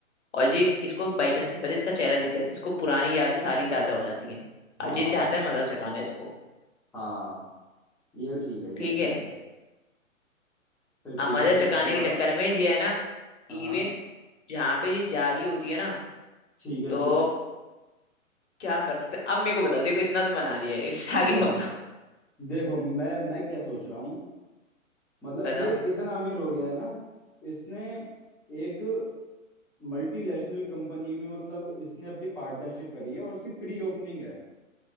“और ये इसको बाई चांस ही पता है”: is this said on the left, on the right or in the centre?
Left